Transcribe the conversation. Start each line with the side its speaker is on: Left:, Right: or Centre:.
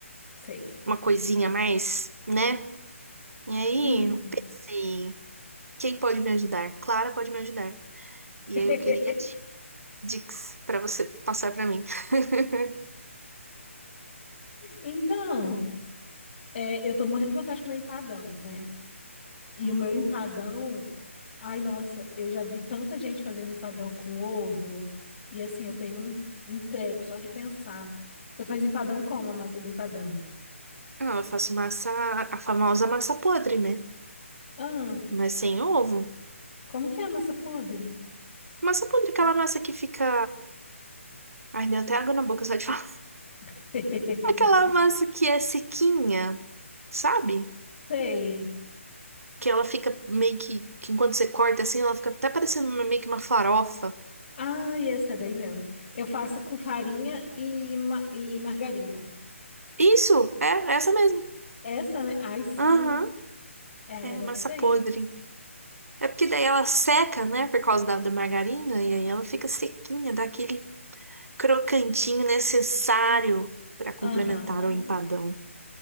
Left: sei.
Right: Uma coisinha a mais, né? E aí
Left: Uhum.
Right: eu pensei, quem pode me ajudar? Clara pode me ajudar. E
Left: <laughs>
Right: aí eu queria di- dicas para você passar para mim. <laughs>
Left: Então, é, eu tô morrendo de vontade de comer empadão, né? E
Right: Hum.
Left: o meu empadão, ai, nossa, eu já vi tanta gente fazendo empadão com ovo, e assim, eu tenho um, um treco só de pensar. Você faz empadão como a massa do empadão?
Right: Ah, eu faço massa, a famosa massa podre, né?
Left: Ah,
Right: Mas sem ovo.
Left: como que é a massa podre?
Right: Massa podre, é aquela massa que fica Ai, deu até água na boca só de falar.
Left: <laughs>
Right: <laughs> Aquela massa que é sequinha, sabe?
Left: Sei.
Right: Que ela fica meio que, que enquanto você corta assim, ela fica até parecendo uma- meio que uma farofa.
Left: Ah, essa daí mesmo. Eu faço com farinha e, ma- e margarina.
Right: Isso, é, é essa mesmo.
Left: Essa, né? Ai, sim,
Right: Aham,
Left: é a
Right: é
Left: melhor
Right: massa
Left: que tem.
Right: podre. É porque daí ela seca, né, por causa da, da margarina, e aí ela fica sequinha, dá aquele crocantinho necessário para complementar
Left: Aham,
Right: o empadão.